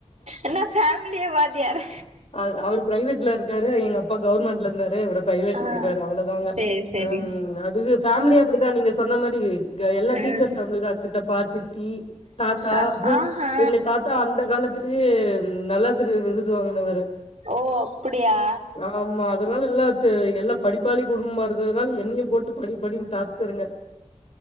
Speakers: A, on the right; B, on the left.
A: என்ன ஃபமிலியே வாத்தியாரு
B: அவ அவரு பிரைவேட்ல இருக்காரு எங்க அப்பா கவர்மெண்ட்ல இருந்தாரு இவரு பிரைவேட்ல
A: ஆ
B: இருக்காரு அவ்ளோதாங்க
A: சேரி சேரி
B: ம் அதுக ஃபேமிலி அப்டிதா நீங்க சொன்ன மாரி எல்லா
A: ம்
B: டீச்சர்ஸ் ஃபேமிலி தா சித்தப்பா சித்தி தாத்தா
A: அ ஆஹா
B: எங்க தாத்தா அந்த காலத்து லயே நல்லாசிரியர் விருது வாங்குனவரு
A: ஓ அப்டியா
B: ஆமா அதனால எல்லா த்து எல்லா படிப்பாளி குடும்பமா இருக் னால என்னையு போட்டு படி படின்னு டார்ச்சருங்க